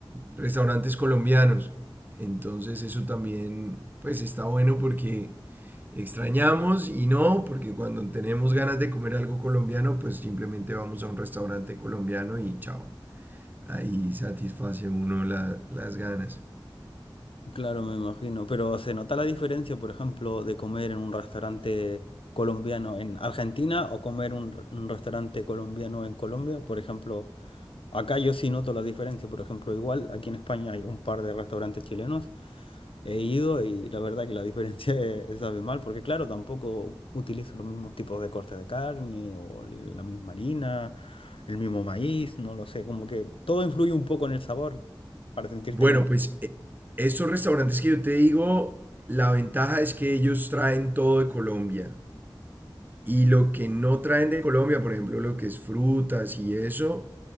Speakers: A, on the right (about 20°); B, on the left (about 75°).
A: restaurantes colombianos. Entonces eso también, pues está bueno porque extrañamos y no, porque cuando tenemos ganas de comer algo colombiano, pues simplemente vamos a un restaurante colombiano y chao. Ahí satisface uno la- las ganas.
B: Claro, me imagino. Pero se nota la diferencia, por ejemplo, de comer en un restaurante colombiano en Argentina o comer un, r- un restaurante colombiano en Colombia. Por ejemplo, acá yo sí noto la diferencia. Por ejemplo, igual aquí en España hay un par de restaurantes chilenos. He ido y la verdad que la diferencia <laughs> es, es abismal, porque claro, tampoco utilizo los mismos tipos de cortes de carne o la misma harina, el mismo maíz, no lo sé, como que todo influye un poco en el sabor para sentirte
A: Bueno,
B: como...
A: pues eh, estos restaurantes que yo te digo, la ventaja es que ellos traen todo de Colombia. Y lo que no traen de Colombia, por ejemplo, lo que es frutas y eso,